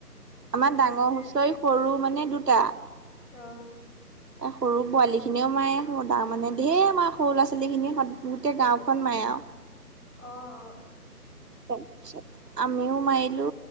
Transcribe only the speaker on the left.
অ',
মানে
অ
অ অ